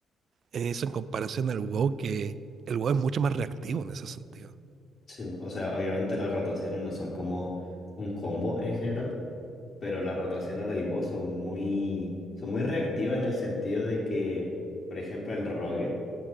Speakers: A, on the right; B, on the left.
A: Eso en comparación al WoW, que el WoW es mucho más reactivo en ese sentido.
B: Sí, po. O sea, obviamente las rotaciones no son como un combo en general, pero las rotaciones del boss son muy, son muy reactivas en el sentido de que, por ejemplo, el rogue,